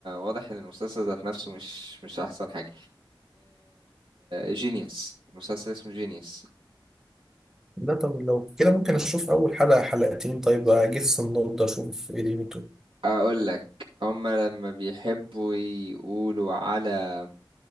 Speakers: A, on the right; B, in the centre.
A: واضح ان المسلسل ذات نفسه مش مش احسن حاجة جينيوس المسلسل اسمه جينيوس
B: ده طب لو كده ممكن اشوف اول حلقه حلقتين طيب اجس النبضه اشوف ايه دنيته
A: اقول لك هما لما بيحبوا يقولوا على